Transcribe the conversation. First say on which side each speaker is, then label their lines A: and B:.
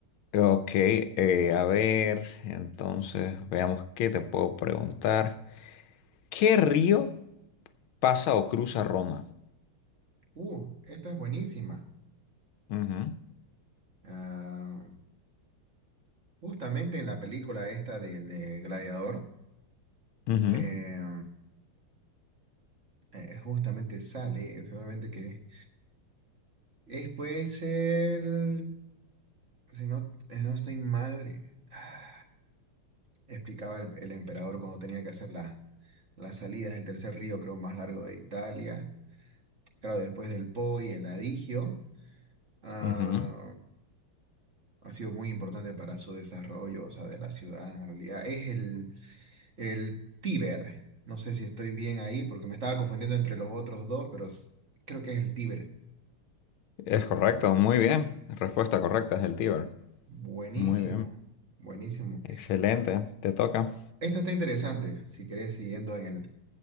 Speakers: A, on the left; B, on the right.
A: ok, eh, a ver, entonces veamos qué te puedo preguntar. ¿Qué río? pasa o cruza Roma.
B: Uh, esta es buenísima.
A: Ujú,
B: Ah, justamente en la película esta del de Gladiador,
A: ujú,
B: eh, eh, justamente sale, eh, realmente que es pues el, si no, si no estoy mal, eh, ah, explicaba el, el emperador cuando tenía que hacer la- las salidas del tercer río, creo, más largo de Italia. Claro, después del Po y el Adigio. ha,
A: ujú.
B: ha sido muy importante para su desarrollo, o sea, de la ciudad en realidad. Es el, el Tíber. No sé si estoy bien ahí porque me estaba confundiendo entre los otros dos, pero s- creo que es el Tíber.
A: Es correcto, muy bien. Respuesta correcta es el Tíber.
B: Buenísimo,
A: Muy bien.
B: buenísimo.
A: Excelente, te toca.
B: Esta está interesante, si querés, siguiendo en el,